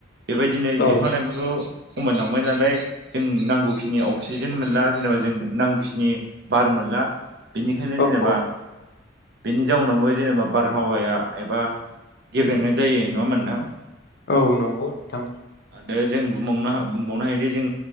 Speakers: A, on the right; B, on the left.
A: बेबायदिनो
B: औ
A: बिफां लाइफांखौ खमायलांबाय नालाय जों नांगौखिनि अक्सिजेन मोनला जेनेबा जों नांगौखिनि बार मोन ला बिनिखायनो
B: औ
A: जेनेबा
B: औ
A: बेनि जाउनावबो जेनेबा बारहावाया एबा गेब्रेंनाय जायो नङा होनबा नोंथां?
B: औ नंगौ नोंथां।
A: आरो जों बुंबावनो हा बुंबावनो हायोदि जों